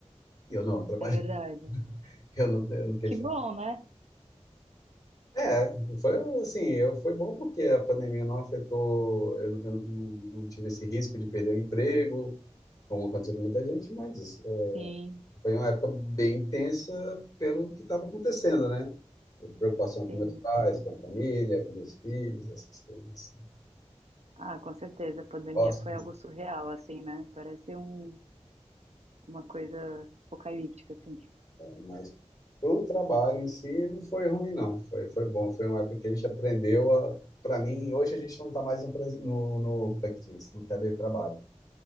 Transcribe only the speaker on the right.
é verdade.
Que
bom,
né?
Sim,
sim.
Ah, com certeza. A pandemia
foi algo
surreal, assim, né? Parece um, uma coisa apocalíptica, assim.